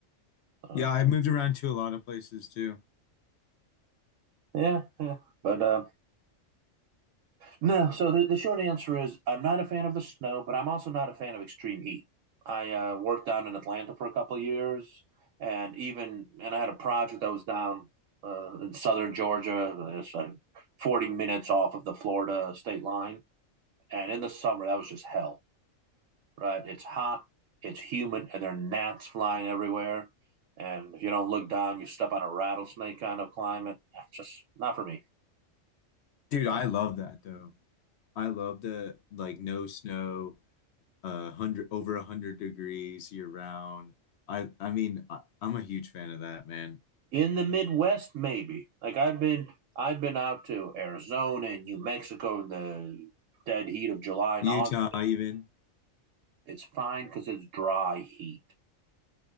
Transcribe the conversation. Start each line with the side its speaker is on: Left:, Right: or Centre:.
Right: Uh,
Left: Yeah, I moved around to a lot of places too.
Right: yeah, yeah. But uh, No, so the, the short answer is I'm not a fan of the snow, but I'm also not a fan of extreme heat. I uh, worked down in Atlanta for a couple of years, and even and I had a project that was down uh, in southern Georgia. It's like 40 minutes off of the Florida state line, and in the summer that was just hell. Right? It's hot, it's humid, and there are gnats flying everywhere. And if you don't look down, you step on a rattlesnake kind of climate. That's just not for me.
Left: Dude,
Right: Uh,
Left: I love that though. I love the like no snow. uh, hundred over a hundred degrees year round. I I mean I, I'm a huge fan of that, man.
Right: in the Midwest, maybe. Like I've been I've been out to Arizona and New Mexico in the dead heat of July and
Left: Utah
Right: August.
Left: even.
Right: It's fine because it's dry heat.